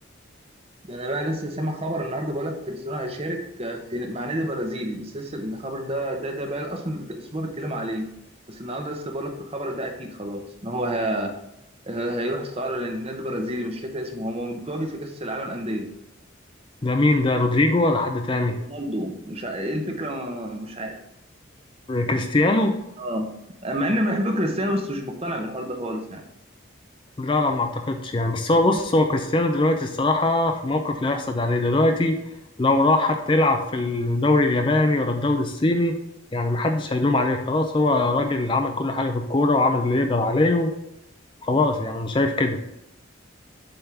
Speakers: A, on the right; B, on the left.
A: ده انا بقى لسه سامع خبر النهارده بقول لك كريستيانو هيشارك آه، في مع نادي برازيلي بس لسه الخبر ده ده ده بقى اصلا الاسبوع بيتكلم عليه بس النهارده لسه بقول لك الخبر ده اكيد خلاص ان هو ه- ه- هيروح استعاره للنادي برازيلي مش فاكر اسمه هو متواجد في كاس العالم انديه
B: ده مين ده رودريجو ولا حد تاني
A: رونالدو مش ع- ايه الفكره مش عارف
B: كريستيانو
A: اه مع اني بحب كريستيانو بس مش مقتنع بالحوار ده خالص يعني
B: لا لا ما اعتقدش يعني بس هو بص هو كريستيانو دلوقتي الصراحة في موقف لا يحسد عليه دلوقتي لو راح حتى يلعب في الدوري الياباني ولا الدوري الصيني يعني محدش هيلوم عليه خلاص هو راجل عمل كل حاجة في الكورة وعمل اللي يقدر عليه وخلاص يعني أنا شايف كده